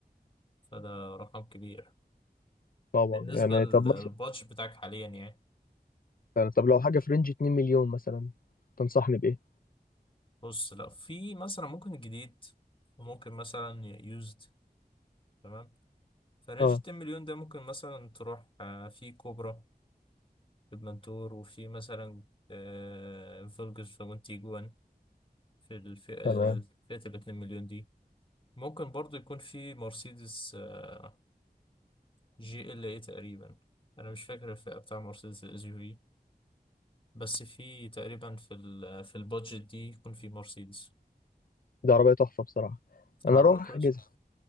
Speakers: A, on the left; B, on the left.
A: فده رقم كبير
B: طبعا
A: بالنسبه
B: يعني
A: للبادج
B: طب مثلا
A: بتاعك حاليا يعني
B: يعني طب لو حاجه في رينج 2 مليون مثلا تنصحني بايه
A: بص لا في مثلا ممكن جديد وممكن مثلا يوزد تمام فرنج
B: اه
A: 2 مليون ده ممكن مثلا تروح آه، في كوبرا في المنتور وفي مثلا آه، فولكس فاجون تيجوان في الفئة
B: تمام
A: فئة ال 2 مليون دي ممكن برضو يكون في مرسيدس آه، جي ال اي تقريبا انا مش فاكر الفئة بتاع مرسيدس الاس يو في بس في تقريبا في ال في البادجت دي يكون في مرسيدس
B: دي عربية تحفة بصراحة
A: العربية
B: أنا أروح
A: كويس
B: أحجزها